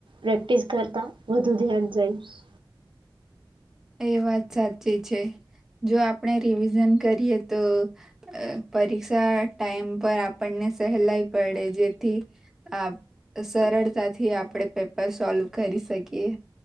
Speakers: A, on the right; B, in the centre.
A: પ્રેક્ટિસ કરતા વધુ ધ્યાન જાય.
B: એ વાત સાચી છે જો આપણે રિવિઝન કરીએ તો અ પરીક્ષા ટાઈમ પર આપણને સહેલાઈ પડે જેથી આપ સરળતાથી આપણે પેપર સોલ્વ કરી શકીએ.